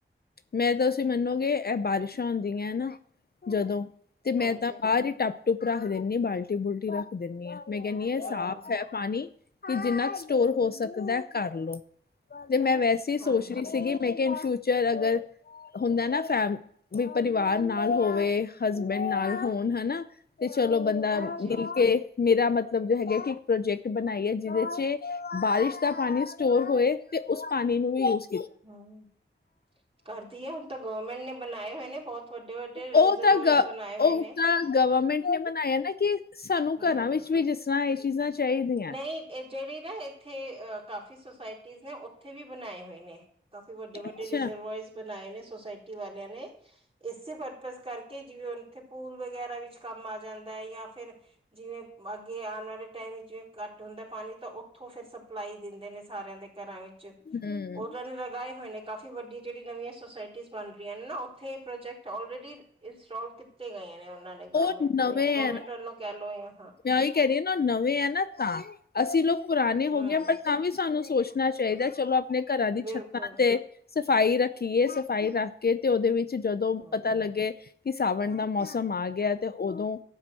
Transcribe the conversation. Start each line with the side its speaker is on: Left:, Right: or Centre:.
Left: ਮੈਂ ਤਾਂ ਤੁਸੀਂ ਮੰਨੋਗੇ ਇਹ ਬਾਰਿਸ਼ਾਂ ਹੁੰਦੀਆਂ ਨਾ ਜਦੋਂ ਤੇ ਮੈਂ
Right: ਹਾਂਜੀ
Left: ਤਾਂ ਬਾਹਰ ਹੀ ਟੱਬ ਟੁੱਪ ਰੱਖ ਦੇਣੀਆਂ ਬਾਲਟੀ ਬੂਲਟੀ ਰੱਖ ਦੇਣੀਆਂ ਹਾਂ। ਮੈਂ ਕਹਿੰਦੀ
Right: ਹਾਂ
Left: ਸਾਫ਼ ਹੈ ਪਾਣੀ ਕਿ ਜਿੰਨਾ ਸਟੋਰ ਹੋ ਸਕਦਾ ਕਰਲਉ। ਤੇ ਮੈਂ ਵੈਸੇ ਹੀ ਸੋਚ
Right: ਹਾਂਜੀ
Left: ਰਹੀ ਸੀਗੀ, ਮੈਂ ਕਿਹਾ ਇਨ ਫਿਊਚਰ ਫੇਰ ਅਗਰ ਹੁੰਦਾ ਨਾ ਫੈਮ ਵੀ ਪਰਿਵਾਰ ਨਾਲ ਹੋਵੇ ਹਸਬੈਂਡ ਨਾਲ ਹੋਣ ਹਨਾ ਤੇ ਚਲੋ ਬੰਦਾ
Right: ਹਾਂਜੀ
Left: ਮਿਲ ਕੇ ਮੇਰਾ ਮਤਲਬ ਜੋ ਹੈਗਾ ਕਿ ਇੱਕ ਪ੍ਰੋਜੈਕਟ ਬਣਾਈ ਹੈ, ਜਿਹਦੇ ਚ ਬਾਰਿਸ਼ ਦਾ ਪਾਣੀ ਸਟੋਰ ਹੋਏ ਤੇ ਉਸ ਪਾਣੀ ਨੂੰ ਵੀ ਯੂਜ
Right: ਹਾਂ। ਕਰਦੀ ਹੈ, ਹੁਣ ਤਾਂ ਗਵਰਮੈਂਟ ਨੇ ਬਣਾਏ ਹੋਏ ਨੇ ਬਹੁਤ ਵੱਡੇ, ਵੱਡੇ
Left: ਉਹ
Right: ਰਿਜ਼ਰਵਰਜ਼
Left: ਤਾਂ ਗ
Right: ਬਣਾਏ ਹੋਏ
Left: ਉਹ
Right: ਨੇ
Left: ਤਾਂ ਗਵਰਮੈਂਟ ਨੇ ਬਨਾਇਆ ਨਾ ਕਿ ਸਾਨੂੰ
Right: ਹਮ
Left: ਘਰਾਂ ਵਿੱਚ ਵੀ ਜਿਸ ਤਰ੍ਹਾਂ ਇਹ ਚੀਜ਼ਾਂ ਚਾਹੀਦੀਆਂ।
Right: ਨਹੀਂ ਇਹ ਜਿਹੜੀ ਨਾ ਇੱਥੇ ਕਾਫੀ ਸੋਸਾਇਟੀ ਜ਼ ਨੇ ਉੱਥੇ ਵੀ ਬਣਾਏ ਹੋਏ ਨੇ ਕਾਫੀ ਵੱਡੇ, ਵੱਡੇ
Left: ਅੱਛਾ
Right: ਰਿਜ਼ਰਵਰਜ਼ ਬਣਾਏ ਨੇ ਸੁੋਸਾਇਟੀ ਵਾਲਿਆਂ ਨੇ ਇਸੇ ਪਰਪਜ਼ ਕਰਕੇ ਜਿਵੇਂ ਹੁਣ ਏਥੇ ਪੂਲ ਵਗੈਰਾ ਵਿੱਚ ਕੰਮ ਆ ਜਾਂਦਾ ਹੈ, ਜਾਂ ਫਿਰ ਜਿਵੇਂ ਅੱਗੇ ਆਉਣ ਵਾਲੇ ਟਾਈਮ ਵਿੱਚ ਜਿਵੇਂੱਟ ਹੁੰਦਾ। ਪਾਣੀ ਤਾਂ ਉੱਥੋਂ ਫਿਰ ਸਪਲਾਈ ਦਿੰਦੇ ਨੇ ਸਾਰਿਆਂ ਦੇ ਘਰਾਂ ਵਿਚ
Left: ਹੂੰ
Right: ਉਹਨਾਂ ਨੇ ਲਗਾਏ ਹੋਏ ਨੇ ਕਾਫੀ ਵੱਡੀ ਜਿਹੜੀ ਨਵੀਆਂ ਸੋਸਾਇਟੀ ਬਣ ਰਹੀਆਂ ਨੇ ਨਾ ਉੱਥੇ ਇਹ ਪ੍ਰੋਜੈਕਟ ਆਲਰੇਡੀ ਇੰਸਟਾਲ ਤੇ ਗਏ ਨੇ ਹੁਨ ਗਏ ਨੇ, ਗੌਰਰਮੈਂਟ
Left: ਉਹ ਨਵੇਂ
Right: ਨੇ ਗੌਰਰਮੈਂਟ
Left: ਐ
Right: ਵਲੋਂ ਆਂ।
Left: ਮੈਂ ਉਹੀ ਕਹਿ ਰਹੀ ਨਾ ਨਵੇਂ ਐ ਨਾ ਤਾਂ। ਅੱਸੀ ਲੋਕ ਪੁਰਾਨੇ ਹੋ
Right: ਹਮ
Left: ਗਏ ਆ ਪਰ ਤਾਂ ਵੀ ਸਾਨੂੰ ਸੋਚਨਾ ਚਾਹੀਦਾ ਚਲੋ ਆਪਨੇ ਘਰਾਂ ਦੀ
Right: ਬਿਲਕੁਲ
Left: ਛੱਤਾਂ ਤੇ ਸਫ਼ਾਈ ਰੱਖੀਏ, ਸਫ਼ਾਈ ਰੱਖ ਕੇ ਤੇ ਉਹਦੇ ਵਿੱਚ ਜਦੋਂ
Right: ਹਾਂ
Left: ਪਤਾ ਲੱਗੇ ਕਿ ਸਾਵਣ ਦਾ ਮੌਸਮ ਆ ਗਿਆ ਤੇ ਉਦੋਂ